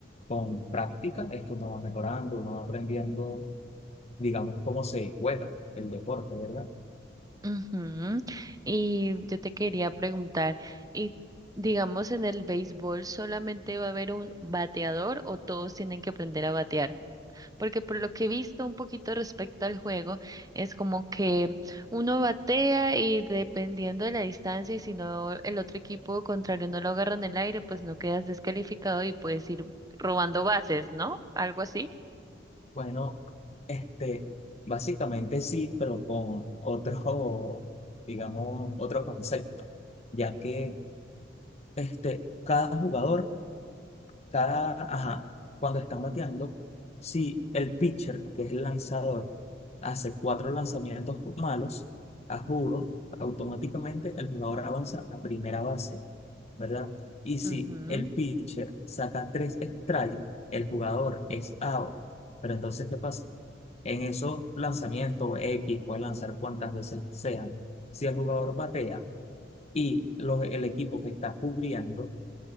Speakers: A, on the left; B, on the right.
A: con práctica es que uno va mejorando, uno va aprendiendo, digamos, cómo se juega el deporte, ¿verdad?
B: Ujú. Y yo te quería preguntar, y digamos en el béisbol solamente va a haber un bateador o todos tienen que aprender a batear? Porque por lo que he visto un poquito respecto al juego, es como que uno batea y dependiendo de la distancia y si no el otro equipo contrario no lo agarra en el aire, pues no quedas descalificado y puedes ir robando bases, ¿no? Algo así.
A: Bueno, este, básicamente sí, pero con otro, digamos, otro concepto, ya que este, cada jugador cada, ajá, cuando están bateando, si el pitcher, que es el lanzador, hace cuatro lanzamientos malos, a juro, automáticamente el jugador avanza a primera base, ¿verdad? Y si
B: Ujú.
A: el pitcher saca tres strikes, el jugador es out. Pero entonces, ¿qué pasa? En esos lanzamientos X, puede lanzar cuantas veces sean, si el jugador batea y lo- el equipo que está cubriendo,